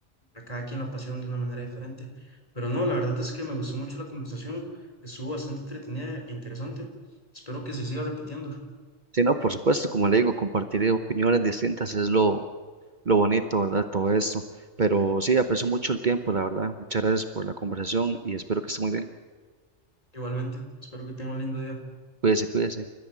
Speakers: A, on the left (about 30°); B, on the right (about 45°).
A: a cada quien la pasión de una manera diferente. Pero no, la verdad es que me gustó mucho la conversación, estuvo bastante entretenida e interesante. Espero que se siga repitiendo.
B: Sí, no, por supuesto, como le digo, compartir opiniones distintas es lo, lo bonito, ¿verdad? Todo esto. Pero sí, aprecio mucho el tiempo, la verdad. Muchas gracias por la conversación y espero que esté muy bien.
A: Igualmente, espero que tenga un lindo día.
B: Cuídese, cuídese.